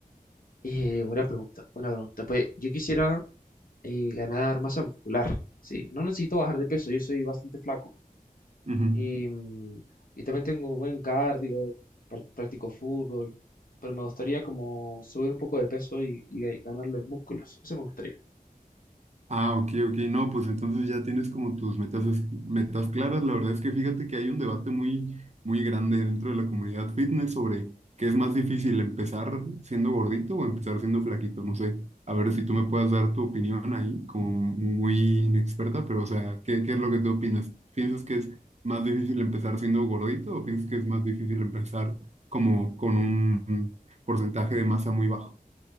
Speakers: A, on the left; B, on the right.
A: Eh, buena pregunta, buena pregunta. Pues yo quisiera eh, ganar masa muscular. Sí, no necesito bajar de peso, yo soy bastante flaco.
B: Ujú.
A: Y, mm, y también tengo buen cardio, pr- practico fútbol, pero me gustaría como subir un poco de peso y, y ga- ganarle músculos. Eso me gustaría.
B: Ah, ok, ok. No, pues entonces ya tienes como tus metas, es- metas claras. La verdad es que fíjate que hay un debate muy, muy grande dentro de la comunidad fitness sobre qué es más difícil, empezar siendo gordito o empezar siendo flaquito. No sé, a ver si tú me puedas dar tu opinión ahí, como muy inexperta, pero o sea, ¿qué, qué es lo que tú opinas? ¿Piensas que es más difícil empezar siendo gordito o piensas que es más difícil empezar como con un porcentaje de masa muy bajo?